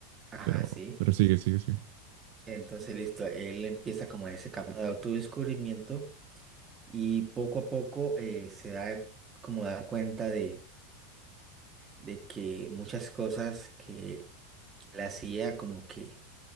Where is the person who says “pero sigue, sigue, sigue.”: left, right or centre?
Right